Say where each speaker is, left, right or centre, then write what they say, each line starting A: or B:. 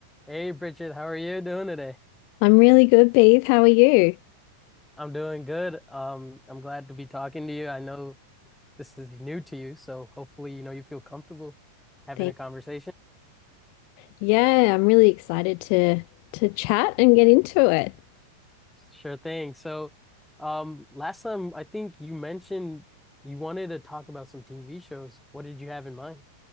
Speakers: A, in the centre; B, on the left (about 45°).
A: Hey Bridget, how are you doing today?
B: I'm really good, Beth. How are you?
A: I'm doing good. Um, I'm glad to be talking to you. I know this is new to you, so hopefully, you know, you feel comfortable having
B: Thank
A: a conversation.
B: Yeah, I'm really excited to to chat and get into it.
A: Sure thing. So, um, last time I think you mentioned you wanted to talk about some TV shows. What did you have in mind?